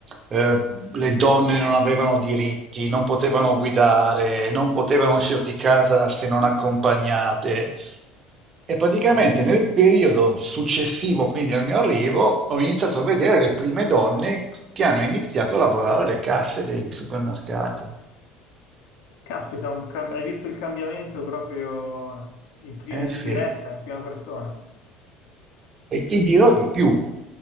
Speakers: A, on the right; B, on the left.
A: eh, le donne non avevano diritti, non potevano guidare, non potevano uscire di casa se non accompagnate. E praticamente
B: Porca.
A: nel periodo successivo, quindi al mio arrivo, ho iniziato a vedere le prime donne che hanno iniziato a lavorare alle casse dei supermercati.
B: Caspita, un cam- hai visto il cambiamento proprio in, prima-
A: Eh
B: in
A: sì.
B: diretta, in prima persona,
A: E ti dirò di più.